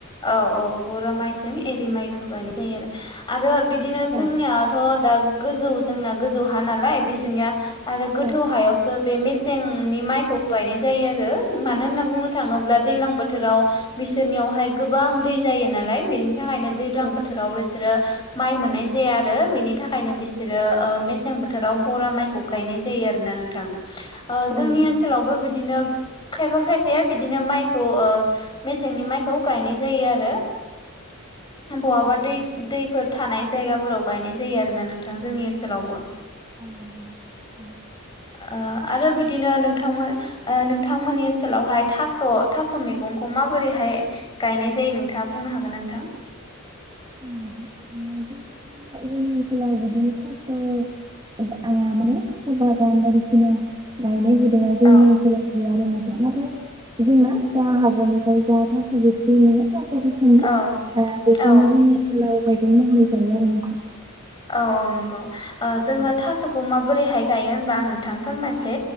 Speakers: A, on the left (about 20°); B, on the right (about 20°).
A: औ औ बरा माइजों एरि माइखौ गायनाय जायो आरो आरो बि बिदिनो
B: औ
A: जोंनियाथ' दा गोजौ जोंना गोजौ हा नालाय बिसोरनिया आरो गोथौ
B: औ
A: हायावसो बे मेसेंनि माइखौ गायनाय जायो आरो। मानो होनना बुंनो थाङोब्ला दैलां बोथोराव बिसोरनियावहाय गोबां दै जायो नालाय बेनि थाखायनो दैज्लां
B: औ
A: बोथोराव बिसोरो माइ मोननाय जाया आरो बिनि थाखायनो बिसोरो ओ‌ मेसें बोथोराव बरा माइखौ गायनाय जायो आरोना नोंथां।
B: <inaudible>
A: ओ जोंनि
B: नंगौ
A: ओनसोलावबो बिदिनो खायफा खायफाया बिदिनो माइखौ ओ मेसेंनि माइखौ गायनाय जायो आरो बहाबा दै दैफोर थानाय जायगाफोराव गायनाय जायो आरोना नोंथां जोंनि ओनसोलावबो।
B: <inaudible>
A: ओ आरो बिदिनो नोंथांमो ओ नोंथांमोननि ओनसोलावहाय थास'-थास' मैगंखौ माबोरैहाय गायनाय जायो नोंथाङा बुंनो हागोन ना नोंथां?
B: <unintelligible> ओ जोंनि ओनसोलाव बिदि <unintelligible> बायदिसिना गायनाय हुदाया जोंनि
A: औ
B: सोलाव गैया आरो नोंथां नाथाय जोंना जा हाग्रानिफ्राय जाथास' बेथ्रि‌ ओ थास स' गोसोमनि
A: औ
B: दा बेखौनो
A: औ
B: जोंनि ओनसोलाव मैगं महरै जायो आरो <unintelligible>
A: औ औ नंगौ ओ जोङो
B: आरो
A: थास'खौ माबोरैहाय गायो होनबा आं नोंथांनो फोरमायसै